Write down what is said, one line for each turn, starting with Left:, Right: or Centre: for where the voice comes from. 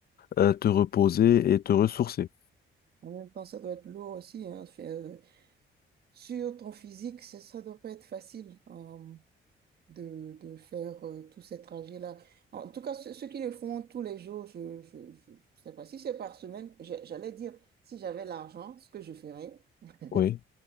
Left: euh, te reposer et te ressourcer.
Right: En même temps, ça doit être lourd aussi, hein, faire, euh, sur ton physique, ça, ça doit pas être facile euh, de, de faire euh, tous ces trajets-là. En tout cas, ceux, ceux qui le font tous les jours, je je, je, je sais pas si c'est par semaine, j'a- j'allais dire, si j'avais l'argent, ce que je ferais, <laughs>
Left: Oui.